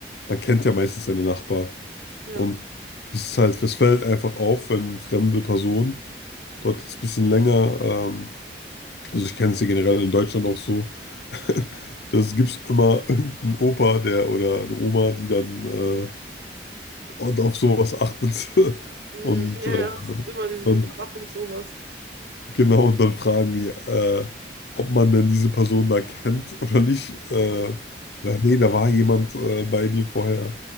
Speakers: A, on the left; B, on the right.
A: man kennt ja meistens seine Nachbarn.
B: Ja.
A: Und es ist halt, es fällt einfach auf, wenn fremde Personen dort jetzt ein bisschen länger, ähm, also ich kenne es ja generell in Deutschland auch so, <laughs> das gibt's immer irgendeinen Opa, der oder eine Oma, die dann äh, und auf sowas achtet. <laughs>
B: Mm,
A: Und,
B: ja,
A: äh,
B: ja, es gibt immer diese Überwachung,
A: und
B: sowas. <laughs>
A: genau, und dann fragen die, äh, ob man denn diese Person da kennt oder nicht. Äh, weil, nee, da war jemand äh, bei dir vorher